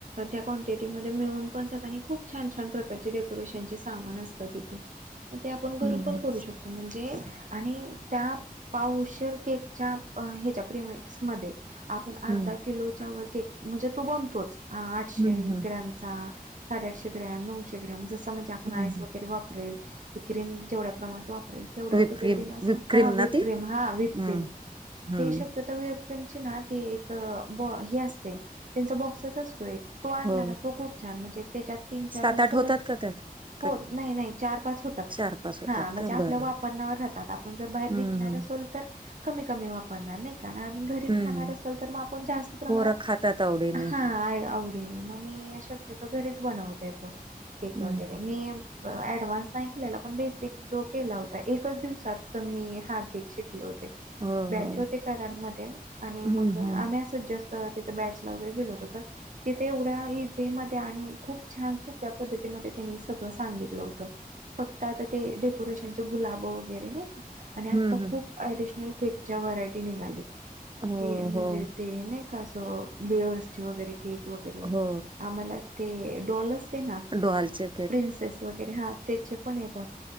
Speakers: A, on the right; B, on the right.
A: त्या कॉन्टिटी मधे मिळून पण जात आणि खूप छान छान प्रकारचे डेको डेकोरेशन चे सामान असतात तिथे मग ते आपण घरीपण
B: हम्म हम्म.
A: करू शक म्हणजे आणि त्याप पावशेर केकच्या ह्याच्या प्रिमिक्स मध्ये आपण अर्धा
B: हम्म.
A: किलोच्या वर केक म्हणजे तो बनतोच आठशे
B: हम्म हम्म.
A: ग्रॅमचा साडेआठशे ग्रॅम नऊशे ग्रॅम जसं म्हणजे आपण
B: हम्म.
A: आईस वगैरे वापरेल ती क्रीम जेवढ्या प्रमाणात वापरेल. तेवढ्या
B: विपक्रीम
A: पद्धतीन अस
B: विपक्रीम
A: हा व्हिपक्रिम
B: ना ती
A: हा व्हिपक्रिम
B: हम्म हम्म.
A: ते शक्य ते व्हिपक्रिम ची ना ती एक हे असते त्यांचा बॉक्सचं असतो एक तो आणला
B: हो
A: ना तो खूप छान म्हणजे त्याच्यात तीन चार
B: सात, आठ
A: सहज
B: होतात का त्यात का
A: हो नाही, नाही चार -पाच होतात.
B: चार पाच होतात
A: हा म्हणजे
B: का
A: आपल्या
B: बरं
A: वापरण्यावर राहतात आपण जर बाहेर
B: हम्म
A: विकणार
B: हम्म.
A: असोल तर कमी, कमी वापरणार नाही आणि घरीच
B: हम्म
A: खाणार असेल तर मग आपण जास्त प्रमाणात
B: पोरं खातात आवडीने
A: हा आवडी ने मग मी शक्यतो घरीच बनवते तो केक
B: हम्म
A: वगैरे मी ऍडव्हान्स नाही केलेला पण बेसिक जो केला होता एकच दिवसात मी हा केक शिकले होते
B: हो
A: बॅच
B: हो.
A: होते कराड मध्ये आणि
B: हम्म
A: मग
B: हम्म
A: आम्ही अस जस्ट तिथे बॅचला वगैरे गेलो होतो तर तिथे एवढ्या इझी मध्ये आणि खूप छान सोप्या पद्धतीमध्ये त्यांनी सगळं सांगितलं होतं फक्त आता ते डेकोरेशनचे गुलाब वगैरे नाही का आणि आता
B: हम्म हम्म
A: खूप ॲडिशनल केकच्या व्हरायटी निघालेत
B: हो
A: की म्हणजे
B: हो.
A: ते नाही का असं लेयर्सचे वगैरे केक वगैरे
B: हो
A: आम्हाला ते डॉल असते ना
B: डॉल चे
A: प्रिन्सेस वगैरे हा त्याचे पण येतात